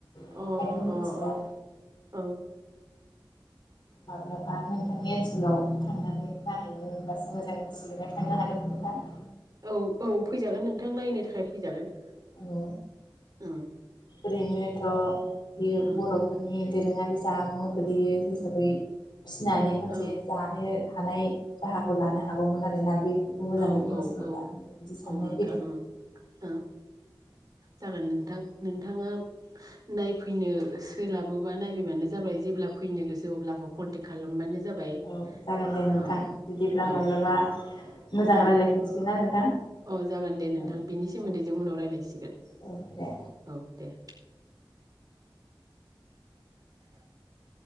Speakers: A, on the right; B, on the left.
A: अ
B: बेनिखायनो मिथिया
A: अ अ अ
B: माब्लाबा नोंथांनि ओनसोलाव थांनानै नाहैनो मोनबासो मोजां मोनसिगोन आं थांनो हागोन ना नोंथां
A: औ औ फैजागोन नोंथां नायनो थाखाय फैजागोन
B: हेलौ
A: ओं
B: ओरैनोथ बियो
A: ओं
B: बर फोरनि दोरोङारि जामु गोलैयो हिसाबै फिनानै
A: ओं
B: खनसे
A: ओं
B: जानो थानाय राहाखौ लानो हागौमोन आरोना बे खौ मोजाङै
A: औ
B: मिथियोबा
A: औ औ
B: बिदि साननाय
A: औ नोंथां
B: फैदों।
A: ओं ओं जागोन नोंथां नोंथाङा नायफैनो सोलाबोबा नायफैबानो जाबाय जेब्ला फैनो गोसो अब्ला आंखौ कन्टेक्ट खालामबानो जाबाय
B: औ जागोन दे नोंथां
A: ओं
B: बिदिब्ला
A: औ
B: माब्लाबा मोजां
A: ओं
B: रायलायफिनसिगोन ना नोंथां
A: अ जागोन दे नोंथां
B: औ
A: बेनि सोमोन्दै
B: औ
A: जों उनाव रायज्लायसिगोन
B: औ दे
A: औ दे। <inaudible>